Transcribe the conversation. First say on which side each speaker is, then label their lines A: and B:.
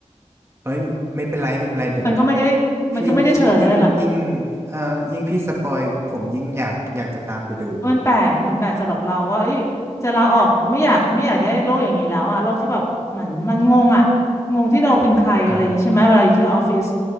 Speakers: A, on the right (about 20°); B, on the left (about 25°).
A: เอ้ยไม่เป็นไรไม่เป็นไรเดี๋ยว
B: มันก็ไม่ได้
A: พี่ยิ่งยิ่งยิ่ง
B: มันก็ไม่ได้เฉลยอะไรล่ะ
A: เอ่อยิ่งพี่สปอยผมยิ่งอยากอยากจะตามไปดู
B: มันแปลกมันแปลกสำหรับเราว่าเอ้ยจะลาออกไม่อยากไม่อยากได้โลกอย่างนี้แล้วอะโลกที่แบบเหมือนมันงงอะงงที่เราเป็นใครอะไรอย่างนี้ใช่ไหมเวลาอยู่ที่ออฟฟิศ
A: ครับ